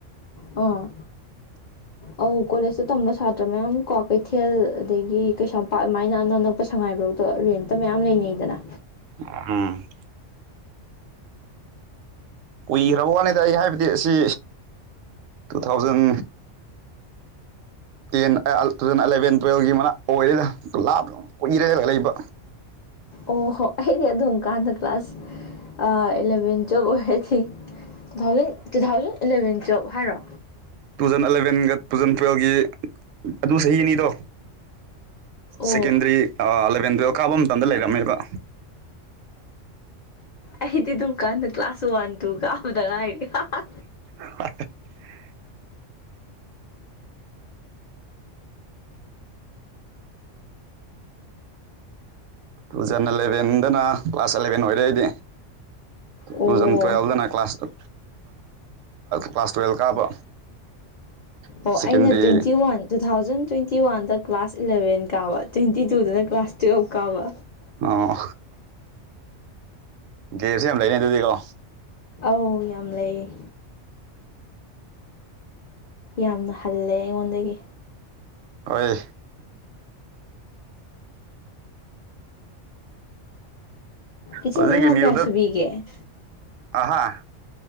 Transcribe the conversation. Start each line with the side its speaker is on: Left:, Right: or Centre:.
Left: ꯑꯣ ꯑꯧ ꯀꯣꯂꯦꯖꯇ ꯇꯝꯕ ꯁꯥꯇ꯭ꯔ ꯃꯌꯥꯝ ꯀ꯭ꯋꯀꯩꯊꯦꯜ ꯑꯗꯒꯤ ꯀꯩꯁꯥꯝꯄꯥꯠ ꯑꯗꯨꯃꯥꯏꯅ ꯑꯅꯛ ꯑꯅꯛꯄ ꯁꯉꯥꯏꯄ꯭ꯔꯧ ꯑꯣ ꯔꯦꯟꯇ ꯃꯌꯥꯝ ꯂꯩꯅꯩꯗꯅ
Right: ꯎꯝ ꯀꯨꯏꯈ꯭ꯔꯕ ꯋꯥꯅꯤꯗ ꯑꯩ ꯍꯥꯏꯕꯗꯤ ꯑꯁꯤ ꯇꯨ ꯊꯥꯎꯖꯟ ꯇꯦꯟ ꯑ ꯇꯨ ꯊꯥꯎꯖꯟ ꯑꯦꯂꯚꯦꯟ ꯇꯨꯋꯜꯒꯤ ꯃꯅꯥꯛ ꯑꯣꯏꯔꯤꯗ ꯂꯥꯞ ꯀꯨꯏꯔꯦ ꯂꯩ ꯂꯩꯕ
Left: ꯑꯣ ꯍꯣ ꯑꯩꯗꯤ ꯑꯗꯨꯝꯀꯥꯟꯗ ꯀ꯭ꯂꯥꯁ ꯏꯂꯚꯦꯟ ꯇꯨꯋꯦꯜꯚ ꯑꯣꯏꯔꯗꯤ two thousand two thousand eleven twelve ꯍꯥꯏꯔꯣ
Right: ꯇꯨ ꯊꯥꯎꯖꯟ ꯑꯦꯂꯕꯦꯟꯒ ꯇꯨ ꯊꯥꯎꯖꯟ ꯇꯨꯋꯜꯕꯒꯤ ꯑꯗꯨꯢ ꯆꯍꯤ ꯑꯅꯤꯗꯣ
Left: ꯑꯣ
Right: ꯁꯦꯀꯦꯟꯗ꯭ꯔꯤ ꯑꯦꯂꯕꯦꯟ ꯇꯨꯌꯦꯜꯞ ꯀꯥꯕ ꯃꯇꯝꯗ ꯂꯩꯔꯝꯃꯦꯕ
Left: ꯑꯩꯗꯤ ꯑꯗꯨꯀꯥꯟꯗ ꯀ꯭ꯂꯥꯁ ꯋꯥꯟ ꯇꯨ ꯀꯥꯞꯕꯗ ꯉꯥꯏꯔꯦ ꯍꯥ ꯍꯥ
Right: <inaudible> ꯇꯨꯖꯟ ꯑꯦꯂꯦꯕꯦꯟꯗꯅ ꯀ꯭ꯂꯥꯁ ꯑꯦꯂꯕꯦꯟ ꯂꯣꯏꯔꯦ ꯑꯩꯗꯤ ꯇꯨ
Left: ꯑꯣ
Right: ꯊꯥꯎꯖꯟ ꯇꯨꯌꯦꯜꯕꯗꯅ ꯀ꯭ꯂꯥꯁ ꯀ꯭ꯂꯥꯁ ꯇꯨꯌꯦꯜꯕ ꯀꯥꯕ secondary
Left: ꯑꯣ ꯑꯩꯅ twenty one two thousand twenty ꯋꯥꯟꯗ ꯀ꯭ꯂꯥꯁ ꯏꯂꯚꯦꯟ ꯀꯥꯕ ꯇ꯭ꯋꯦꯟꯇꯤ ꯇꯨꯗꯅ ꯀ꯭ꯂꯥꯁ ꯇꯨꯌꯦꯞ ꯀꯥꯕ
Right: ꯑꯣ ꯒꯦꯞꯁꯨ ꯌꯥꯝ ꯂꯩꯅꯤ ꯑꯗꯨꯗꯤꯀꯣ
Left: ꯑꯣ ꯌꯥꯝ ꯂꯩ ꯌꯥꯝꯅ ꯍꯜꯂꯦ ꯑꯩꯉꯣꯟꯗꯒꯤ
Right: ꯍꯣꯏ
Left: ꯏꯆꯤꯟ
Right: ꯍꯧꯖꯤꯛ
Left: ꯏꯅꯥꯎ
Right: ꯑꯦꯝ ꯌꯨꯗ
Left: ꯀꯌꯥ ꯁꯨꯕꯤꯒꯦ
Right: ꯑꯍꯥ